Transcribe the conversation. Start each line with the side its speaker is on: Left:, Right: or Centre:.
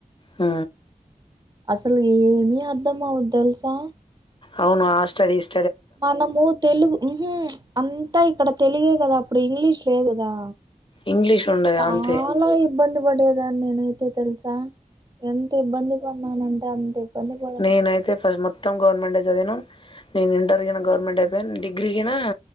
Left: ఊ
Right: అసలు ఏమి అర్ధం అవద్దు తెలుసా
Left: అవును ఆ స్టడీస్
Right: మనము తెలుగు అంతా ఇక్కడ తెలుగే కదా అప్పుడు ఇంగ్లీష్ లేదుదా
Left: ఇంగ్లీష్ ఉండదు
Right: చాలా
Left: అంతే
Right: ఇబ్బంది పడేదాని నేనైతే తెలుసా ఎంత ఇబ్బంది పడినానంటే అంత ఇబ్బంది పడ
Left: నేనైయితే ఫస్ట్ మొ మొత్తం గవర్నమెంట్ ఏ చదివినం నేను ఇంటర్ గినా గవర్నమెంట్ అయిపోయాను డిగ్రీ గినా